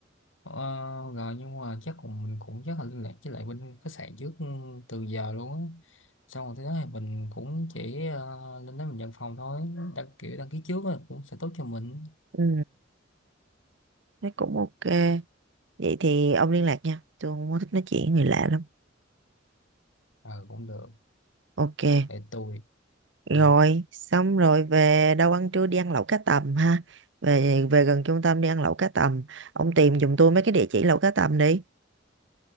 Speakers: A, on the left; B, on the right.
A: ờ, rồi nhưng mà chắc cũng mình cũng chắc là liên lạc với lại bên khách sạn trước ừ, từ giờ luôn á xong rồi tới đó thì mình cũng chỉ ờ, lên đó mình nhận phòng thôi đăng kiểu đăng ký trước á cũng sẽ tốt cho mình
B: ừ thế cũng ok vậy thì ông liên lạc nha tôi không có thích nói chuyện với người lạ lắm
A: ừ cũng được
B: ok
A: để tôi ừ.
B: rồi xong rồi về đâu ăn trưa đi ăn lẩu cá tầm ha về về gần trung tâm đi ăn lẩu cá tầm ông tìm giùm tôi mấy cái địa chỉ lẩu cá tầm đi